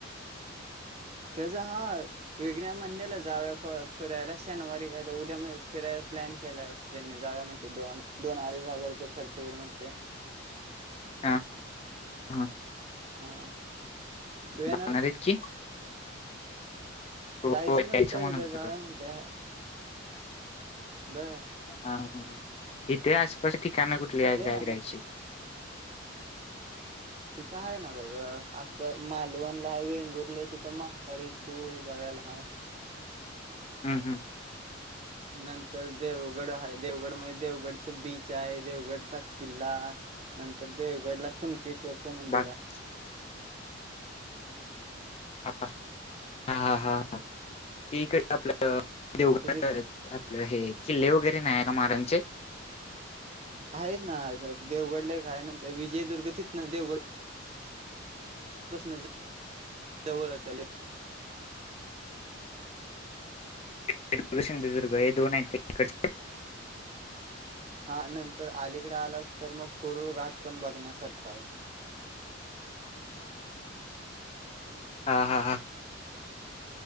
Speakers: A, on the right; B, on the left.
A: <inaudible> ह त्याचा हा विग्न्या मंडेला जावया फो फिरायला शनिवारी काय उद्या म फिरायला प्लॅन केलाय वाटतं त्यांनी जाउया म्हणते दोन दोन अडीच हजार रुपये खर्च होईल म्हणते.
B: हा हा.
A: हा. तू येणारस
B: जाणार आहेत की. हो
A: जायचं
B: हो यायचं
A: नंतर
B: म्हणत
A: उद्या जाउ
B: होतो
A: या म्हणतेय. ब
B: हा हा इथे आसपास ठिकाणं कुठली आहेत
A: ये
B: गागरायची?
A: ना मग तिथं आहे ना बघ आसपास मालवणला वेंगुर्ल्या तिथं म्हातारी चूळ हे बघाय ला हाय.
B: हम्म हम्म.
A: ह नंतर देवगड हाय देवगड मध्ये देवगडच बीच हाय देवगडचा किल्ला नंतर देवगड ला कुणकेश्वरचं मंदिर
B: बाकी
A: हाय.
B: हा हा हा हा ठीक आहे आपलं देवगड
A: नंतर ते
B: आपलं हे किल्ले वगैरे नाही आहे का महाराजांचे?
A: आहेत ना देवगड ला एक हाय नंतर विजयदुर्ग तिथंनं देवगड पसनं जवळच आहे.
B: <inaudible> सिंधुदुर्ग हे दोन आहेत तिकडचे
A: <unintelligible> हा नंतर अलीकडे आलाच तर मग कोरुळ घाट पण बघण्यासारखं आहे.
B: हा हा हा.